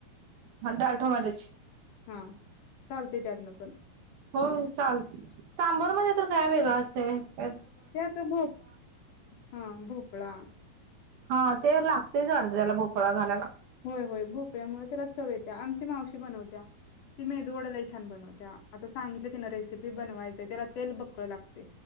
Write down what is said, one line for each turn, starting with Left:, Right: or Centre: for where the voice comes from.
Right: ह डाळ टोमॅटोची
Left: हा चालते त्यातनं पण
Right: हो चालते सांबर मधे तर काय वेगळ <unintelligible>
Left: त्या तर भो हा भो पळा.
Right: हा ते लागतेच वाढते त्याला भोपळा घालायला.
Left: होय होय भोपळ्यामुळे त्याला चव येत्या आमची मावशी बनवत्या ती मेदू वडा छान बनवत्या आता सांगितल्या तिनं रेसिपी बनवायचय त्याला तेल बक्कळ लागतय